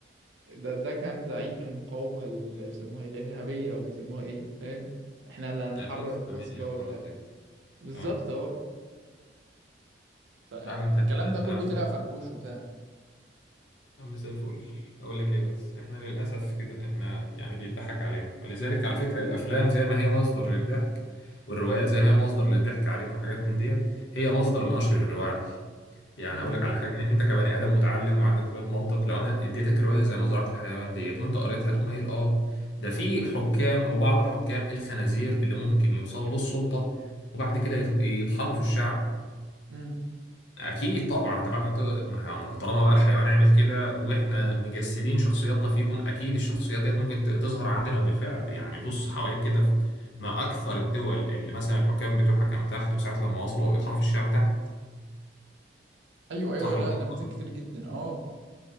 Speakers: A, on the right; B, on the left.
A: ده ده كان زعيم المقاومة اللي بيسموها إيه؟ الإرهابية أو بيسموها إيه فاهم إحنا اللي هنحرر
B: الاسلاميه
A: القدس بقى
B: الحوارات
A: وبتاع
B: دي
A: بالظبط
B: فاهم
A: أه فالكلام
B: عم تمام
A: ده كله
B: عم
A: طلع فنكوش وبتاع
B: عم زي الفل اقول لك ايه بس احنا للاسف كده احنا يعني بيضحك علينا ولذلك على فكره الافلام زي ما هي مصدر للضحك والروايات زي ما هي مصدر للضحك عليك وحاجات من ديت هي مصدر لنشر الوعي يعني
A: امم
B: اقول لك على حاجه انت كبني ادم متعلم وعندك شويه منطق لو انا اديتك روايه زي مزرعه الحيوان ديت وانت قريتها تقوم قايل اه ده في حكام او بعض الحكام الخنازير اللي ممكن يوصلوا للسلطه وبعد كده يط- يطحنوا في الشعب
A: امم
B: اكيد طبعا انت بعد ما ت... ما هو- ما طالما بقى الحيوان عمل كده واحنا مجسدين شخصياتنا فيهم اكيد الشخصيات ديت ممكن ت- تظهر عندنا وبالفعل يعني بص حواليك كده في- ما اكثر الدول اللي مثلا الحكام بتوعها كانوا تحت وساعه لما وصلوا بيطحنوا في الشعب تحت
A: أيوه أيوه
B: صح
A: لا
B: ولا
A: نماذج
B: لا؟
A: كتير جدا أه